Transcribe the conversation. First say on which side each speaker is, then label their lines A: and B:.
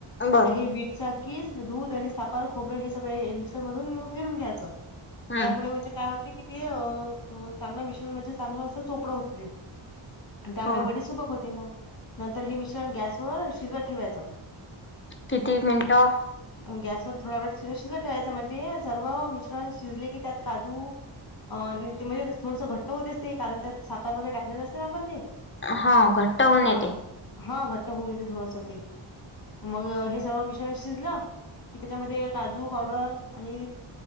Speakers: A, on the left; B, on the left.
A: बर
B: त हे बीट चा कीस दूध आणि साखर खोबरं हे सगळं ए मिक्स् मधून फिरून घ्यायचं
A: हम्म
B: यामुळे म्हणजे काय होते क् की ते चांगलं मिश्रण म्हणजे चांगलं अस चोपडं होत ते अन् त्यामुळे
A: हो
B: वडीच् तुबक होते मग नंतर हे मिश्रण गॅसवर शिजत ठेवायचं
A: किती मिनटं?
B: अं गॅसवर थोडा वेळ शीज् शिजत ठेवायच म्हणजे सर्व मिश्रण शिजले की त्यात काजू अं ते म्हणजे थोडसं घट्ट होतेच ते कारण त्यात साखर वगैरे टाकलेले असते ना आपण ते.
A: हा घट्ट होऊन येते.
B: हा. हा घट्ट होऊन येते थोडंस ते मग हेच सगळं मिश्रण शिजलं कि त्याच्यामध्ये काजू पावडर अणि